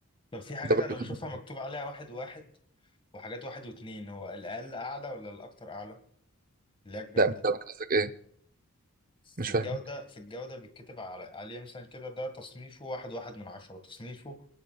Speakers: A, on the left; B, on the right.
A: طب في حاجات
B: ده برضو
A: انا
B: كان
A: بشوفها
B: مهم.
A: مكتوب عليها واحد واحد وحاجات واحد واتنين هو الاقل اعلى ولا الاكتر اعلى اللي هي الجودة
B: لا مش فاهمك قصدك ايه مش
A: في الجودة
B: فاهمك
A: في الجودة بيتكتب على عليه مثلا كده ده تصنيفه واحد واحد من عشرة تصنيفه